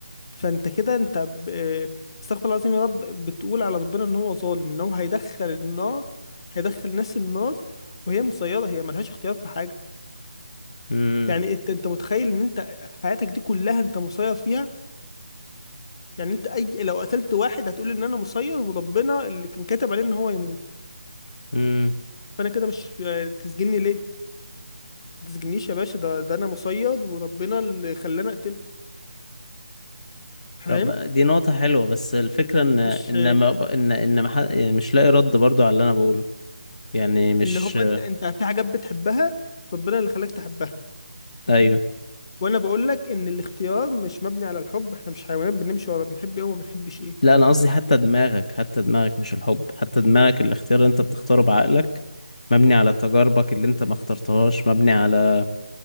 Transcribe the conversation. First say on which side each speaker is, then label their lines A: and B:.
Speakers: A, on the left; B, on the left.
A: فانت كده انت ب- آه، استغفر الله العظيم يا رب بتقول على ربنا ان هو ظالم ان هو هيدخل النار هيدخل ناس النار وهي مسيره هي ملهاش اختيار في حاجه
B: امم
A: يعني انت انت متخيل ان انت حياتك دي كلها انت مسير فيها يعني انت اي لو قتلت واحد هتقول ان انا مسير وربنا اللي كان كاتب عليه ان هو يموت
B: امم
A: فانا كده مش تسجني ليه ما تسجنيش يا باشا ده ده انا مسير وربنا اللي خلاني اقتله فاهم
B: طب دي نقطة حلوة بس الفكرة ان ان
A: مش
B: ما ب- ان ان ما ح- يعني مش لاقي رد برضو على اللي انا بقوله يعني مش
A: ان هو انت انت في حاجات بتحبها ربنا اللي خلاك تحبها
B: ايوه
A: وانا بقول لك ان الاختيار مش مبني على الحب احنا مش حيوانات بنمشي ورا بنحب ايه وما بنحبش ايه
B: لا انا قصدي حتى دماغك حتى دماغك مش الحب حتى دماغك الاختيار اللي انت بتختاره بعقلك مبني على تجاربك اللي انت ما اخترتهاش مبني على